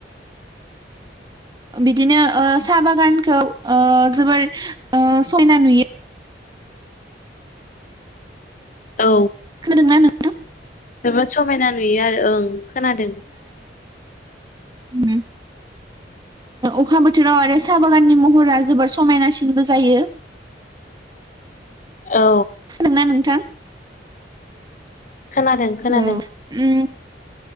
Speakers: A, on the right (about 25°); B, on the left (about 45°).
A: बिदिनो ओ साहा बागानखौ ओ जोबोर ओ समायना नुयो।
B: औ
A: खोनादोंना नों
B: जोबोद समायना नुयो आरो ओं खोनादों।
A: उम ओ अखा बोथोराव आरो साहा बागाननि महरा जोबोर समायनासिनबो जायो।
B: औ
A: खोनादोंना नोंथां।
B: खोनादों खोनादों
A: औ उम